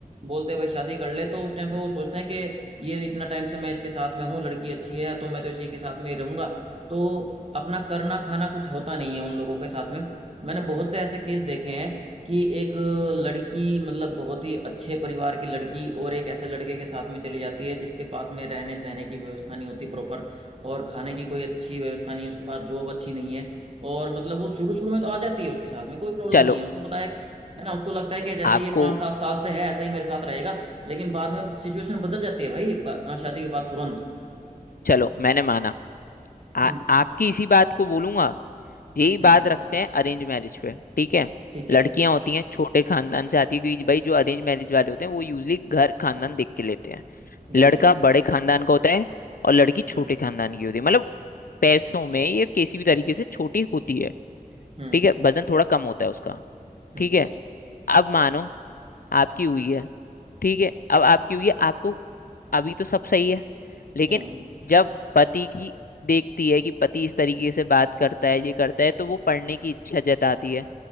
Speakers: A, on the right (about 45°); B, on the left (about 80°).
A: बोलते हैं भाई शादी कर ले तो उस टाइम पे वो सोचते हैं कि ये इतना टाइम से मैं इसके साथ में हूँ लड़की अच्छी है तो मैं तो इसी के साथ में ही रहूंगा तो अपना करना खाना कुछ होता नहीं है उन लोगों के साथ में मैंने बहुत से ऐसे केस देखे हैं कि एक लड़की मतलब बहुत ही अच्छे परिवार की लड़की और एक ऐसे लड़के के साथ में चली जाती है जिसके पास में रहने सहने की व्यवस्था नहीं होती प्रॉपर और खाने की कोई अच्छी व्यवस्था नहीं है उसके पास जॉब अच्छी नहीं है और मतलब वो शुरू शुरू में तो आ जाती है उसके साथ में कोई प्रॉब्लम
B: चलो
A: नहीं है उसको पता है कि है ना उसको लगता है कि जैसे
B: आपको
A: ये पाँच सात साल से है ऐसे ही मेरे साथ रहेगा लेकिन बाद में सिचुएशन बदल जाती है भाई बा- अ, शादी के बाद तुरंत
B: चलो मैंने माना आ,
A: हम्म
B: आपकी इसी बात को बोलूंगा यही बात
A: हम्म,
B: रखते हैं अरेंज मैरिज पे ठीक है
A: ठीक है
B: लड़कियां होती हैं छोटे खानदान से आती है क्योंकि भाई जो अरेंज मैरिज वाले होते हैं वो यूजली घर खानदान देख के लेते हैं लड़का
A: बिल्कुल बिल्कुल
B: बड़े खानदान का होता है और लड़की
A: हम्म
B: छोटे खानदान की होती है मतलब पैसों में ये किसी भी तरीके से छोटी होती है
A: हम्म
B: ठीक है वजन थोड़ा कम होता है उसका
A: हम्म
B: ठीक है अब मानो आपकी हुई है ठीक है अब आपकी हुई है आपको अभी तो सब सही है लेकिन
A: हम्म
B: जब पति की देखती है कि पति इस तरीके से बात करता है ये करता है तो वो पढ़ने की इच्छा जताती है